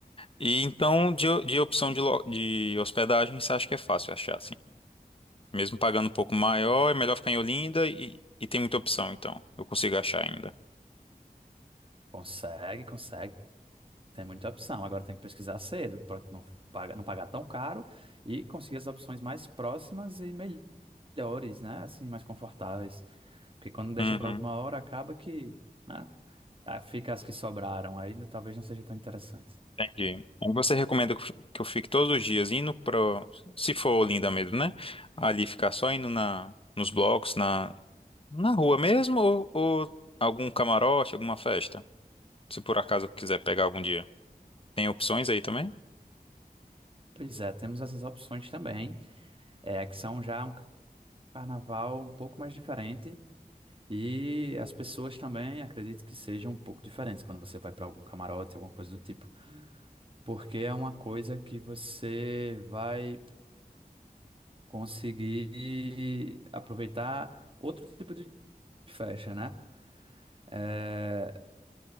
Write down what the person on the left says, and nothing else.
E então, de, o- de opção de, lo- de hospedagem, você acha que é fácil achar, assim? Mesmo pagando um pouco maior, é melhor ficar em Olinda e, e tem muita opção, então. Eu consigo achar ainda.
Uhum,
entendi. Então, Você recomenda que eu que eu fique todos os dias indo pro, se for Olinda mesmo, né? Ali ficar só indo na, nos blocos, na, na rua mesmo, ou, ou algum camarote, alguma festa? Se por acaso eu quiser pegar algum dia. Tem opções aí também?